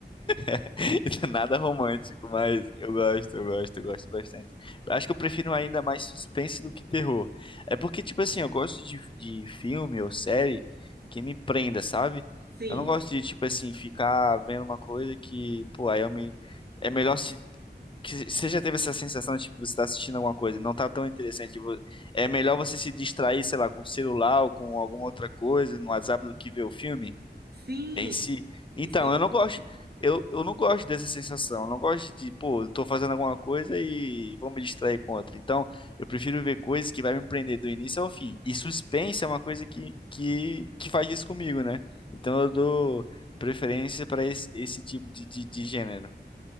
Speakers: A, on the left; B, on the right.
A: <laughs> Nada romântico, mas eu gosto, eu gosto, eu gosto bastante. Eu acho que eu prefiro ainda mais suspense do que terror. É porque, tipo assim, eu gosto de, de filme ou série que me prenda, sabe?
B: Sim,
A: Eu não gosto de, tipo assim, ficar vendo uma coisa que, pô, aí eu me. É melhor se. que você já teve essa sensação de tipo, você tá assistindo alguma coisa, e não tá tão interessante. tipo, É melhor você se distrair, sei lá, com o celular ou com alguma outra coisa no WhatsApp do que ver o filme
B: sim,
A: em si. Então,
B: sim.
A: eu não gosto, eu, eu não gosto dessa sensação. Eu não gosto de, pô, eu tô fazendo alguma coisa e vou me distrair com outra. Então, eu prefiro ver coisas que vai me prender do início ao fim. E suspense é uma coisa que, que, que faz isso comigo, né? Então eu dou preferência para esse, esse tipo de, de, de gênero.